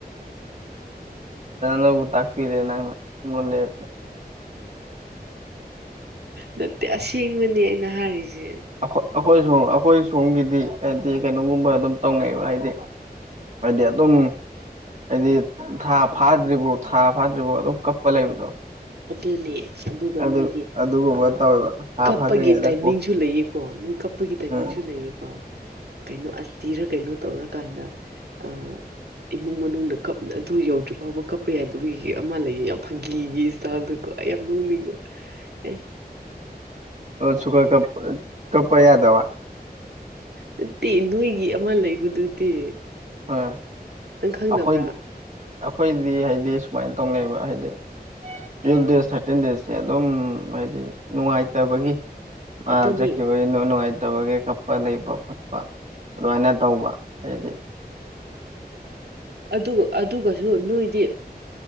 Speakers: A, on the right; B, on the right.
A: ꯍꯕꯨ ꯇꯥꯛꯄꯤꯤꯔꯦ ꯅꯉ ꯂ ꯂꯩꯁ
B: ꯅꯠꯇꯦ ꯑꯁꯦꯡꯕꯅꯤ ꯑꯩꯅ ꯍꯥꯏꯔꯤꯁꯦ
A: ꯑꯩꯈꯣꯏ ꯁ ꯑꯩꯈꯣꯏ ꯁꯣꯝꯒꯤꯗꯤ ꯍꯥꯏꯗꯤ ꯀꯩꯅꯣꯒꯨꯝꯕ ꯑꯗꯨꯝ ꯇꯧꯅꯩꯑꯕ ꯍꯥꯏꯗꯤ ꯍꯥꯏꯗꯤ ꯑꯗꯨꯝ ꯍꯥꯏꯗꯤ ꯊꯥ ꯐꯥꯗ꯭ꯔꯤꯕꯣ ꯊꯥ ꯐꯥꯗ꯭ꯔꯤꯕꯣ ꯑꯗꯨꯝ ꯀꯞꯄ ꯂꯩꯕꯗꯣ
B: ꯑꯗꯨꯅꯦ ꯑꯗꯨꯒ
A: ꯑꯗꯨ
B: ꯅꯣꯏꯗꯤ
A: ꯑꯗꯨꯒꯨꯝꯕ
B: ꯑ
A: ꯇꯧꯋꯦꯕ ꯊꯥ
B: ꯀꯞꯄꯒꯤ
A: ꯐꯥꯗ꯭ꯔꯤꯉꯩꯗ
B: ꯇꯥꯏꯃꯤꯡꯁꯨ
A: ꯀꯣ
B: ꯂꯩꯑꯀꯣ ꯅꯣꯏ ꯀꯞꯄꯒꯤ ꯇꯥꯏꯃꯤꯡꯁꯨ
A: ꯎꯝ
B: ꯂꯩꯑꯀꯣ ꯀꯩꯅꯣ ꯑꯁꯇꯤꯔ ꯀꯩꯅꯣ ꯇꯧꯔꯀꯥꯟꯗ ꯑ ꯏꯃꯨꯡ ꯃꯅꯨꯡ ꯀꯞ ꯑꯗꯨ ꯌꯧꯗ꯭ꯔꯤ ꯐꯥꯎꯕ ꯀꯞꯄ ꯌꯥꯗꯕꯒꯤ ꯑꯃ ꯂꯩꯌꯦ ꯌꯥꯝ ꯐꯪꯒꯤꯒꯤ ꯗꯀꯣ ꯑꯩ ꯌꯥꯝ ꯅ ꯎꯅꯤꯡꯕ ꯑꯦ
A: ꯁꯨꯀ ꯀ ꯀꯞꯄ ꯌꯥꯗꯕ
B: ꯅꯠꯇꯦ ꯅꯣꯏꯒꯤ ꯑꯃ ꯂꯩꯕꯗꯨꯗꯤ
A: ꯎꯝ
B: ꯅꯪ ꯈꯪꯗꯕ꯭ꯔꯥ
A: ꯑꯩꯈꯣꯏꯗꯤ ꯑꯩꯈꯣꯏꯗꯤ ꯍꯥꯏꯗꯤ ꯁꯨꯃꯥꯏꯅ ꯇꯧꯅꯩꯑꯕ ꯍꯥꯏꯗꯤ ꯇꯨꯋꯦꯜ ꯗꯦꯖ ꯊꯥꯔꯇꯤꯟ ꯗꯦꯖꯁꯦ ꯑꯗꯨꯝ ꯍꯥꯏꯗꯤ ꯅꯨꯡꯉꯥꯏꯇꯕꯒꯤ ꯑ
B: ꯑꯗꯨꯅꯤ
A: ꯆꯖꯀꯤꯦꯕ ꯅꯨꯡꯉꯥꯏꯇꯕꯒꯤ ꯀꯞꯄ ꯂꯩꯕ ꯈꯣꯠꯄ ꯑꯗꯨꯃꯥꯏꯅ ꯇꯧꯕ ꯍꯥꯏꯗꯤ
B: ꯑꯗꯨꯒ ꯑꯗꯨꯒꯁꯨ ꯅꯣꯏꯗꯤ